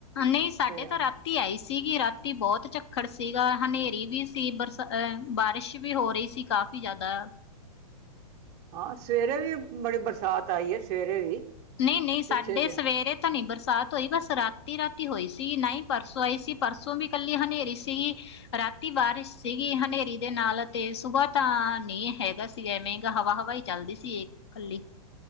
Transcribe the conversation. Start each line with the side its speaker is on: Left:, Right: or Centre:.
Left: ਨਹੀਂ ਸਾਡੇ
Right: ਤੇ
Left: ਤਾਂ ਰਾਤ ਰਾਤੀ ਆਈ ਸੀਗੀ, ਰਾਤੀ ਬਹੁਤ ਝੱਖੜ ਸੀਗਾ, ਹਨੇਰੀ ਵੀ ਸੀ, ਬਰਸਾ ਬਾਰਿਸ਼ ਵੀ ਹੋ ਰਹੀ ਸੀ ਕਾਫੀ ਜ਼ਿਆਦਾ।।
Right: ਹਾਂ, ਸਵੇਰੇ ਵੀ ਬੜੀ ਬਰਸਾਤ ਆਈ ਹੈ ਸਵੇਰੇ ਵੀ।
Left: ਨਹੀਂ -ਨਹੀਂ ਸਾਡੇ
Right: ਪਿੱਛੇ ਜ
Left: ਸਵੇਰੇ। ਤਾਂ ਨਹੀਂ ਬਰਸਾਤ ਹੋਈ ਬਸ ਰਾਤੀ -ਰਾਤੀ ਹੋਈ ਸੀ ਨਾ ਹੀ ਪਰਸੋਂ ਆਈ ਸੀ ਪਰਸੋਂ ਵੀ ਇਕੱਲੀ ਹਨੇਰੀ ਸੀਗੀ। ਰਾਤੀ ਬਾਰਿਸ਼ ਸੀਗੀ ਹਨੇਰੀ ਦੇ ਨਾਲ ਅਤੇ ਸੁਬਹ ਤਾਂ ਨਹੀਂ ਹੈਗਾ ਸੀ। ਐਵੇਂ ਗਾ ਹਵਾ -ਹਵਾ ਹੀ ਚੱਲਦੀ ਸੀ ਇਹ ਇਕੱਲੀ